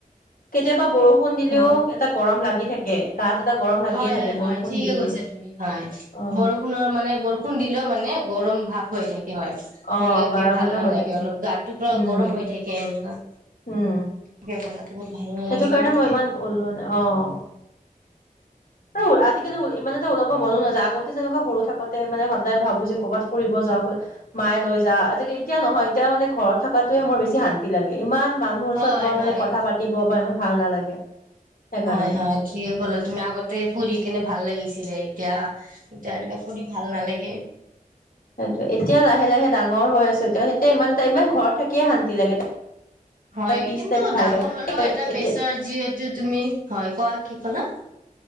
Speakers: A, on the left; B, on the right.
A: কেতিয়াবা বৰষুণ দিলেও
B: হয়
A: এটা গৰম লাগি থাকে গাত এটা গৰম লাগিয়ে
B: হয়
A: থাকে
B: হয় হয়
A: বৰষুণ
B: ঠিকে
A: দিলেও
B: কৈছা তুমি হয়,
A: অ
B: বৰষুণৰ মানে বৰষুণ দিলেও মানে গৰম ভাব হয় থাক হয় সেনেকুৱাকে
A: অ গৰম
B: ভাল
A: এটা
B: নালাগে
A: হৈ থাকে
B: অলপ গাটোৰ পৰা
A: উম
B: গৰম হৈ থাকে এনেকুৱা।
A: উম
B: ঠিকে কলা তুমি ভাল নালাগে
A: সেইটো কাৰণে
B: ইমানকে
A: মই ইমান ওলোৱা নাই অ'। আৰু আজিকালি ইমান এটা ওলাব মনো নাযায়, আগতে যেনেকুৱা সৰু থাকোতে মানে সদায় ভাবো যে ক'ৰবাত ফুব যাও মায়ে লৈ যাওঁ আজিকাল এতিয়া নহয় এতিয়া মানে ঘৰত থকাতোৱে মোৰ বেছি শান্তি লাগে, ইমান মানুহৰ
B: হয়
A: ওচৰত মই
B: হয়
A: মানে কথা পাতিব বা ইমান ভাল নালাগে। সেইকাৰণে
B: হয় হয়, ঠিকে কল তুমি আগতে তে ফুৰি কিনে ভাল লাগিছিলে। এতিয়া এতিয়া এনেকে ফুৰি ভাল নালাগে।
A: সেইটোৱে, এতিয়া লাহে লাহে ডাঙৰ হৈ আছোঁ, এতি এতিয়া ইমান <unintelligible> ঘৰত থাকিয়ে শান্তি লাগে।
B: হয়
A: এটা পিচ
B: কিন্তু
A: টাইপ ভাই
B: ডাঙৰ
A: ভাই
B: হলেও এটা
A: এতিয়া
B: প্ৰেছাৰ যিহেতু তুমি, হয় কোৱা কি ক'লা। <inaudible>